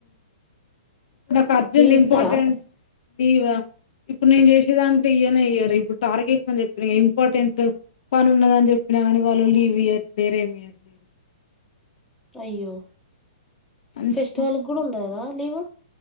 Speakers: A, on the left; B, in the centre.
A: ఇప్పు నాకు అర్జెంట్
B: లీవ్
A: ఇంపార్టెంట్
B: ఇత్తరా
A: లీవా ఇప్పుడు నేను చేసే దాంట్లో ఈయని ఇయ్యరు ఇప్పుడు టార్గెట్పని చెప్పిన ఇంపార్టెంట్ పని ఉన్నదని చెప్పినా కానీ వాళ్ళు లీవ్ ఇయ్యట్లేరు లేరు ఏమి ఇయ్వట్లేరు
B: అయ్యో
A: మంచి
B: ఫెస్టివల్ కూడా ఉండదా లీవ్